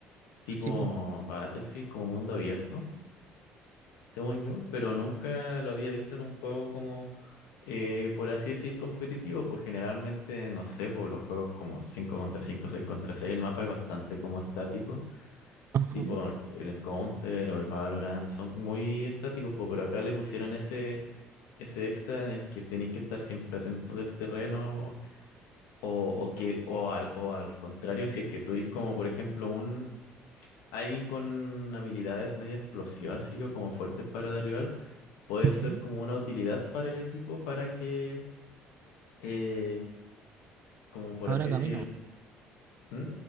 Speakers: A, on the left; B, on the right.
A: tipo
B: Sí, po.
A: Battlefield, como mundo abierto, según yo, pero nunca lo había visto en un juego como, eh, por así decir, competitivo, pues generalmente, no sé, por los juegos como 5 contra 5, 6 contra 6 el mapa es bastante como estático,
B: Ajá.
A: tipo el Counter o el Valorant, son muy estáticos, pues, pero acá le pusieron ese... Ese extra en el que tenéis que estar siempre atento del terreno o, o que o al, o al contrario si es que tú eres como por ejemplo un Alguien con habilidades media explosivas, sí, o como fuertes para derribar, puede
B: Ujú.
A: ser como una utilidad para el equipo para que, eh, como por
B: Ahora
A: así
B: camino,
A: decir, ¿Mm?